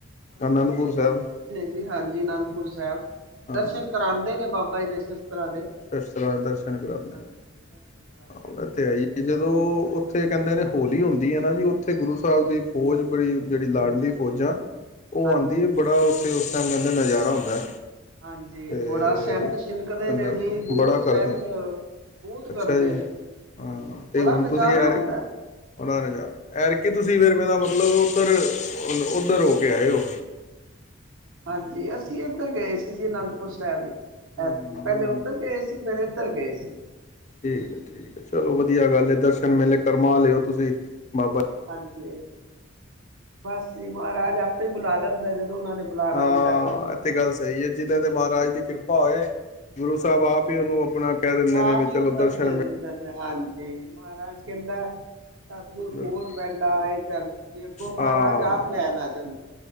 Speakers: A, on the left; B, on the right.
A: ਅਨੰਦਪੁਰ ਸਾਹਿਬ।
B: ਹਾਂਜੀ-ਹਾਂਜੀ ਅਨੰਦਪੁਰ ਸਾਹਿਬ
A: ਹਾਂ
B: ਦਰਸ਼ਨ ਕਰਾਉਂਦੇ ਨੇ ਬਾਬਾ ਜੀ ਦੇ ਸ਼ਸਤਰਾਂ ਦੇ।
A: ਸ਼ਸਤ੍ਹਾਂ ਦੇ ਦਰਸ਼ਨ ਕਰਾਉਂਦੇ
B: ਹਾਂਜੀ
A: ਨੇ
B: ਦਰਸ਼ਨ ਕਰਾਉਂਦੇ ਨੇ
A: ਅ ਤੇ ਹੈਈ। ਜਦੋਂ ਉੱਥੇ ਕਹਿੰਦੇ ਨੇ ਹੋਲੀ ਹੁੰਦੀ ਏ ਨਾ ਜੀ ਉੱਥੇ ਗੁਰੂ ਸਾਹਿਬ ਦੀ ਫੌਜ ਬੜੀ ਜਿਹੜੀ ਲਾਡਲੀ ਫੌਜਾਂ ਉਹ
B: ਹਾਂਜੀ
A: ਆਉਂਦੀ ਏ ਬੜਾ ਉੱਥੇ ਉਸ ਟਾਈਮ ਨਜ਼ਾਰਾ ਹੁੰਦਾ।
B: ਹਾਂਜੀ
A: ਤੇ
B: ਬੜਾ ਸੈਂਟ ਛਿਨਕਦੇ
A: ਕਹਿੰਦਾ
B: ਨੇ ਜੀ ਬਹੁਤ
A: ਬੜਾ ਕਰਦੇ
B: ਸੈਂਟ ਬਹੁਤ
A: ਅੱਛਾ
B: ਕਰਦੇ
A: ਜੀ
B: ਨੇ
A: ਹਾਂ
B: ਹਾਂਜੀ
A: ਤੇ
B: ਬੜਾ
A: ਹੁਣ
B: ਨਜ਼ਾਰਾ
A: ਤੁਸੀਂ ਯਾਰੀ
B: ਹੁੰਦਾ
A: ਉਹਨਾਂ ਨੇ ਜਾ ਐਤਕੀ ਤੁਸੀਂ ਫੇਰ ਮੇਰਾ ਮਤਲਬ ਉੱਧਰ ਉੱਧਰ ਹੋ ਕੇ ਆਏ ਹੋ।
B: ਹਾਂਜੀ ਅਸੀਂ ਇੱਧਰ ਗਏ ਸੀ ਜੀ ਅਨੰਦਪੁਰ ਸਾਹਿਬ ਪਹਿਲੇ
A: ਹੂੰ ਅਨੰਦਪੁਰ
B: ਉੱਧਰ ਗਏ
A: ਸਾਹਿਬ
B: ਸੀ। ਫੇਰ ਇੱਧਰ ਗਏ ਸੀ।
A: ਠੀਕ ਹੈ-ਠੀਕ ਹੈ ਚਲੋ ਵੱਧੀਆ
B: ਹਾਂਜੀ
A: ਗੱਲ ਏ ਦਰਸ਼ਨ ਮਿਲੇ ਕਰਮਾ ਵਾਲੇ ਓ ਤੁਸੀਂ ਬਾਬਾ
B: ਹਾਂਜੀ ਬਸ ਜੀ ਮਹਾਰਾਜ ਆਪੇ ਬੁਲਾ ਲੈਂਦਾ ਜਦੋਂ ਉਹਨਾਂ ਨੇ ਬੁਲਾਣਾ
A: ਹਾਂ
B: ਹੁੰਦਾ ਗੁਰੂ ਨੇ
A: ਏ ਤੇ ਗੱਲ ਸਹੀ ਏ ਜਿੱਦੇ ਤੇ ਮਾਂ ਰਾਜ
B: ਹਾਂਜੀ
A: ਦੀ ਕਿਰਪਾ ਹੋਏ ਗੁਰੂ
B: ਹਾਂਜੀ
A: ਸਾਹਿਬ ਆਪ ਹੀ ਉਹਨੂੰ ਆਪਣਾ ਕਹਿ ਦਿੰਦੇ ਨੇ
B: ਆਪ
A: ਵੀ
B: ਹੀ
A: ਚਲੋ
B: ਉੱਦਮ
A: ਦਰਸ਼ਨ
B: ਦੇ
A: ਮਿਲ
B: ਦਿੰਦੇ ਹਾਂਜੀ ਮਹਾਰਾਜ ਕਹਿੰਦਾ। ਸਤਿਗੁਰੂ ਕੋ
A: ਬਿਲਕੁਲ
B: ਪਿੰਡ ਆਏ ਚੱਲ ਜ ਅੱਗੋ ਮਹਾਰਾਜ
A: ਹਾਂ
B: ਆਪ ਲੈਣ ਆ ਚੱਲਦਾ।